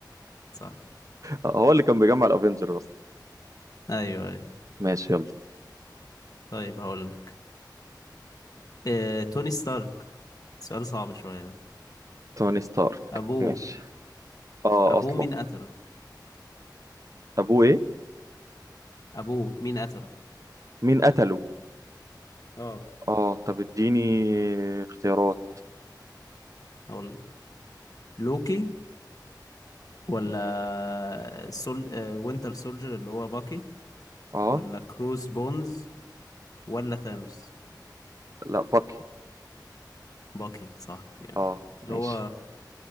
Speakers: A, on the left (about 55°); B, on the right (about 45°).
A: صح
B: آه، هو اللي كان بيجمع الأفينجرز أصلا
A: ايوه ايوه
B: ماشي يلا
A: طيب هقول لك إيه... توني ستارك سؤال صعب شوية ده
B: توني ستارك
A: ابوه
B: ماشي آه
A: ابوه
B: أصلا
A: مين قتله
B: أبوه إيه
A: ابوه مين قتله
B: مين قتله
A: اه
B: آه طب اديني اختيارات
A: اقول لك لوكي ولا سول آه، وينتر سولجر اللي هو باكي
B: آه
A: ولا كروس بونز ولا ثانوس
B: لا باكي
A: باكي صح جامد
B: آه
A: اللي
B: ماشي
A: هو